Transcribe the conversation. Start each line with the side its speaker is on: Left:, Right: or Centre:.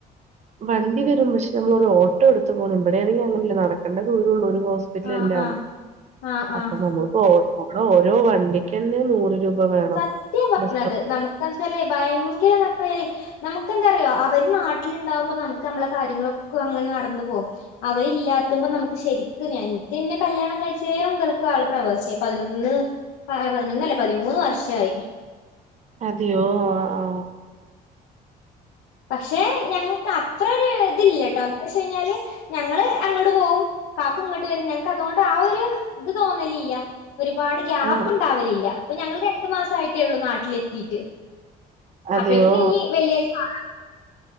Right: വണ്ടി വരും പക്ഷെ നമ്മളൊരു ഓട്ടോ എടുത്ത് പോണം ഇവിടെയാണെങ്കിൽ അങ്ങനെല്ല നടക്കേണ്ട ദൂരേ ഉള്ളൂ ഒരു ഹോസ് പിറ്റലെല്ലാം.
Left: ആഹ് ആഹ് ആഹ് ആഹ്
Right: അപ്പ നമ്മളിപ്പൊ ഓ അവിടെ ഓരോ വണ്ടിക്ക്ന്നെ നൂറ് രൂപ വേണം
Left: സത്യാ പറഞ്ഞത്
Right: ബസ് സ്റ്റോപ്പിൽ
Left: നമുക്കച്ചല്ലേ ഭയങ്കര <inaudible> നമുക്കെന്താറിയോ അവര് നാട്ടിലുണ്ടാകുമ്പോ നമുക്ക് നമ്മളെ കാര്യങ്ങളൊക്കെ അങ്ങനെ നടന്ന് പോകും അവ ഇല്ലാത്തുമ്പ നമുക്ക് ശരിക്കും ഞ എൻ എന്നെ കല്യാണം കഴിച്ച മുതൽക്ക് ആള് പ്രവാസിയാ, പതിനൊന്ന് പതിനൊന്നല്ലേ പതിമൂന്ന് വർഷമായി
Right: അതെയോ ആഹ്
Left: പക്ഷെ ഞങ്ങൾക്ക് അത്രൊരു ഇതില്ലട്ടോ എന്താന്ന് വച്ച് കഴിഞ്ഞാല് ഞങ്ങള് അങ്ങോട്ട് പോവും ഇ കാക്ക ഇങ്ങോട്ട് വരും ഞങ്ങക്ക് അതുകൊണ്ട് ആ ഒരു ഇത് തോന്നലില്ല ഒരുപാട് ഗ്യാപ്പ്
Right: ആ ആ
Left: ഉണ്ടാവലില്ല അപ്പൊ ഞങ്ങൾ രണ്ടു മാസ ആയിട്ടേയുള്ളൂ നാട്ടിലെത്തിട്ട്
Right: അതെയോ
Left: അപ്പക്കി ഇനി വെള്ളിയാഴ്ച <inaudible>